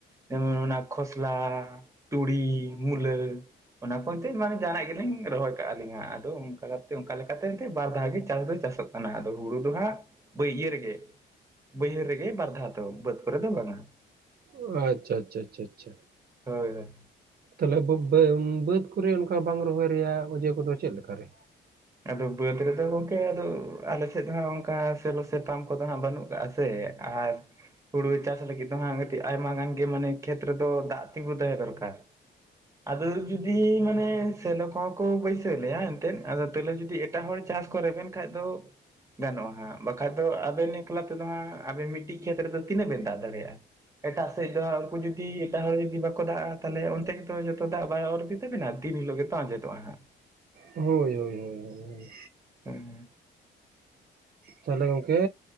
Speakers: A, on the right (about 15°); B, on the right (about 50°).
A: ᱡᱮᱢᱚᱱ ᱚᱱᱟ ᱠᱷᱚᱥᱞᱟ, ᱛᱩᱲᱤ, ᱢᱩᱞᱟᱹ ᱚᱱᱟ ᱠᱚ ᱮᱱᱛᱮ ᱡᱟᱦᱟᱱᱟᱜ ᱜᱮᱞᱤᱧ ᱨᱚᱦᱚᱭ ᱠᱟᱦᱞᱤᱧ ᱡᱟᱸᱜ ᱟᱫᱚ ᱚᱱᱠᱟ ᱞᱮᱠᱟᱛᱮ ᱮᱱᱛᱮ ᱵᱟᱨ ᱫᱷᱟᱣ ᱜᱮ ᱪᱟᱥ ᱫᱚ ᱪᱟᱥᱚᱜ ᱠᱟᱱᱟ ᱾ ᱫᱚ ᱦᱳᱲᱳ ᱫᱚ ᱦᱟᱸᱜ ᱤᱭᱟᱹ ᱨᱮᱜᱮ ᱵᱟᱹᱭᱦᱟᱹᱲ ᱨᱮᱜᱮ ᱵᱟᱨᱫᱷᱟᱣ ᱫᱚ ᱵᱟᱹᱫᱽ ᱠᱚᱨᱮ ᱫᱚ ᱵᱟᱝ-ᱟ ᱾
B: ᱚᱸ ᱟᱪᱷᱟ -ᱟᱪᱷᱟ -ᱟᱪᱷᱟ- ᱟᱪᱷᱟ ᱾
A: ᱦᱳᱭ ᱦᱳᱭ
B: ᱛᱟᱦᱚᱞᱮ ᱵᱟ. ᱵᱵᱮ ᱵᱟᱹᱫᱽ ᱠᱚᱨᱮ ᱚᱱᱠᱟ ᱵᱟᱝ ᱨᱚᱦᱚᱭ ᱨᱮᱭᱟᱜ ᱚᱡᱮ ᱠᱚᱫᱚ ᱪᱮᱫ ᱞᱮᱠᱟ ᱨᱮ?
A: ᱟᱫᱚ ᱵᱟᱹᱫᱽ ᱨᱮᱫᱚ ᱜᱚᱝᱠᱮ ᱟᱫᱚ ᱟᱞᱮᱥᱮᱫ ᱦᱟᱸᱜ ᱚᱱᱠᱟ ᱛᱮ ᱞᱚ ᱥᱮᱠᱟᱢ ᱠᱚᱫᱚ ᱦᱟᱜ ᱵᱟᱹᱱᱩᱜ ᱠᱟᱜᱼᱟ ᱥᱮ ᱟᱨ ᱦᱳᱲᱳ ᱪᱟᱥ ᱞᱟᱹᱜᱤᱫ ᱫᱚ ᱦᱟᱸᱜ ᱠᱟᱹᱴᱤᱡ ᱟᱭᱢᱟ ᱜᱟᱱ ᱜᱮ ᱢᱟᱱᱮ ᱠᱷᱮᱛ ᱨᱮᱫᱚ ᱫᱟᱜ ᱛᱤᱸᱜᱩ ᱛᱟᱦᱮᱸ ᱫᱚᱨᱠᱟᱨ ᱾ ᱟᱫᱚ ᱡᱩᱫᱤ ᱢᱟᱱᱮ ᱥᱮᱞᱚ ᱠᱚᱦᱚᱸ ᱠᱚ ᱵᱟᱹᱭᱥᱟᱹᱣ ᱞᱮᱭᱟ ᱮᱱᱛᱮᱫ ᱟ ᱛᱟᱦᱚᱞᱟᱮ ᱡᱩᱫᱤ ᱮᱴᱟᱜ ᱦᱚᱲ ᱪᱟᱥ ᱠᱚ ᱨᱮᱵᱮᱱ ᱠᱷᱟᱡ ᱫᱚ ᱜᱟᱱᱚᱜᱼᱟ ᱦᱟᱸᱜ ᱵᱟᱠᱷᱟᱡ ᱫᱚ ᱟᱵᱮᱱ ᱮᱠᱞᱟ ᱛᱮᱫᱚ ᱦᱟᱸᱜ ᱟᱵᱮᱱ ᱢᱤᱫᱴᱤᱡ ᱠᱷᱮᱛ ᱨᱮᱫᱚ ᱛᱤᱱᱟᱹᱜ ᱵᱮᱱ ᱫᱟᱜ ᱫᱟᱲᱮᱭᱟᱜᱼᱟ ᱾ ᱮᱴᱟ ᱥᱮᱡ ᱫᱚ ᱠᱩ ᱡᱩᱡ ᱠᱤ ᱮᱴᱟᱜ ᱦᱚᱲ ᱡᱩᱫᱤ ᱵᱟᱠᱚ ᱫᱟᱜᱼᱟ ᱛᱟᱦᱚᱞᱮ ᱚᱱᱛᱮ ᱜᱮᱛᱚ ᱡᱚᱛᱚ ᱫᱟᱜ ᱵᱟᱹᱭ ᱚᱨ ᱤᱫᱤ ᱛᱟᱵᱤᱱᱟ? ᱫᱤᱱ ᱦᱤᱞᱚᱜ ᱜᱮᱛᱚ ᱟᱡᱮᱫᱚᱜᱼᱟ ᱦᱟᱸᱜ ᱾
B: ᱦᱚᱭ -ᱦᱚᱭ -ᱦᱚᱭ -ᱦᱚᱭ
A: ᱦᱚᱸ-ᱦᱚ ᱸ
B: ᱛᱟᱦᱚᱞᱮ ᱜᱚᱝᱠᱮ